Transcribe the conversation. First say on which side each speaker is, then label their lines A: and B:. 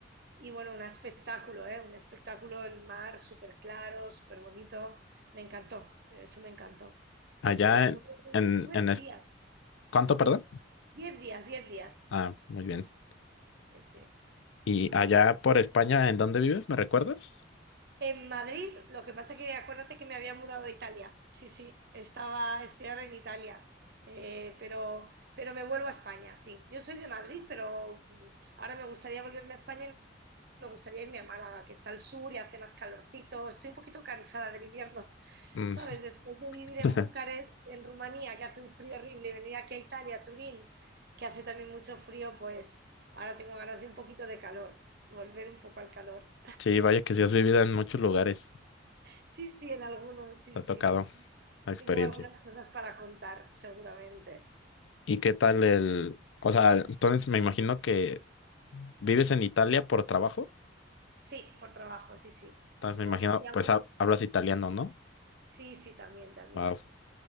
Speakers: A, on the right; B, on the left.
A: y bueno, un espectáculo, ¿eh? Un espectáculo, el mar súper claro, súper bonito. Me encantó, eso me encantó.
B: Allá
A: Estuve,
B: en, en,
A: estuve
B: en
A: diez
B: es-
A: días,
B: ¿cuánto, perdón?
A: diez días, diez días.
B: Ah, muy bien.
A: Sí, sí.
B: ¿Y allá por España, en dónde vives? ¿Me recuerdas?
A: En Madrid, lo que pasa que acuérdate que me había mudado de Italia. Sí, sí, estaba, estoy ahora en Italia, Eh, pero, pero me vuelvo a España, sí. Yo soy de Madrid, pero mm, ahora me gustaría volverme a España y me gustaría irme a Málaga, que está al sur y hace más calorcito. Estoy un poquito cansada del invierno.
B: Mm.
A: ¿Sabes? Después de vivir
B: <laughs>
A: en Bucarest, en Rumanía, que hace un frío horrible, y venir aquí a Italia, a Turín, que hace también mucho frío, pues ahora tengo ganas de un poquito de calor, volver un poco al calor.
B: Sí, vaya que sí has vivido en muchos lugares,
A: Sí, sí, en algunos, sí,
B: te
A: sí.
B: ha tocado la experiencia.
A: Tengo algunas cosas para contar, seguramente.
B: ¿Y qué tal el...? O sea, entonces me imagino que vives en Italia por trabajo,
A: Sí, por trabajo, sí, sí.
B: entonces
A: Como
B: me imagino,
A: decíamos,
B: pues ha- hablas italiano, ¿no?
A: sí, sí, también, también.
B: Wow.